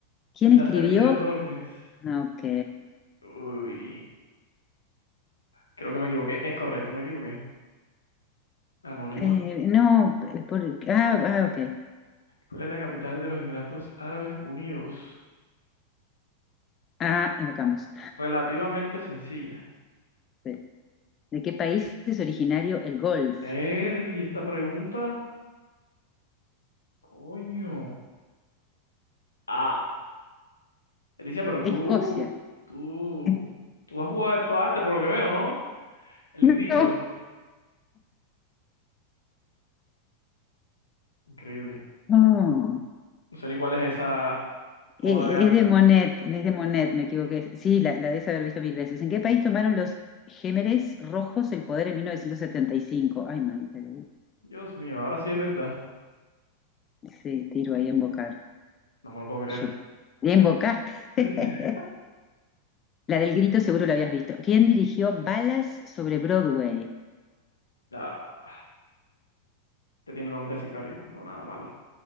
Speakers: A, on the left; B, on the left.
A: ¿Quién
B: El
A: escribió?
B: Lazarillo de Tormes.
A: Ah, Ok.
B: Uy, creo que me equivoqué. Es correcto, me equivoqué. Anónima.
A: Eh, no, eh, por- ah, ah, ok.
B: ¿Cuál es la capital de los Emiratos Árabes Unidos?
A: Ah, evocamos.
B: Relativamente sencilla.
A: ¿De de qué país es originario el golf?
B: Erg, y esta pregunta, coño. Ah, Leticia, pero tú,
A: Escocia.
B: tú,
A: <laughs>
B: tú has jugado esto antes, por lo que veo, ¿no? El
A: No.
B: grito. Increíble.
A: Oh.
B: No sé ni cuál es esa obra
A: Eh,
B: de arte.
A: es de Monet, es de Monet, me equivoqué. Sí, la, la debes haber visto mil veces. ¿En qué país tomaron los Gémeres Rojos el poder en 1975? Ay, mami, eh.
B: Dios mío, ahora sí es verdad.
A: sí, tiro ahí a embocar.
B: No me lo puedo creer.
A: Yo. Ya embocaste. <laughs>
B: <laughs>
A: La del grito seguro la habías visto. ¿Quién dirigió Balas sobre Broadway?
B: La- Te tiene nombre de sicario, no nada malo.